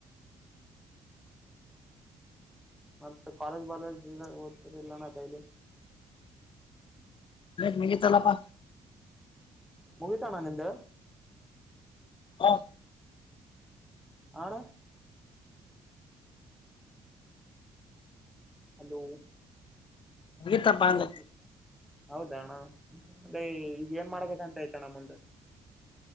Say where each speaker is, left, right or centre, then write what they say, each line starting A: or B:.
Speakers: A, in the centre; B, on the left.
A: ಮತ್ತೆ ಕಾಲೇಜ್ ಬಾಲೇಜ್ ಇದಾಗ ಓದತರಿಲ್ಲಾನ ಕೈಲಿ
B: ಹ ಮಗೆ ತಲ್ಲಪ್ಪಾ
A: ಮುಗೀತಾಣಾನ ಎಂದ
B: ಹಾ
A: ಹಣ ಹಲೋ
B: ಹಗಿತ್ತಪ್ಪ
A: ಹಲೋ
B: ಅಂದ
A: ಹೌದಣ ಅ ಈಗ ಏನ್ ಮಾಡ್ಬೇಕಂತ ಆಯ್ತಣ ಮುಂದ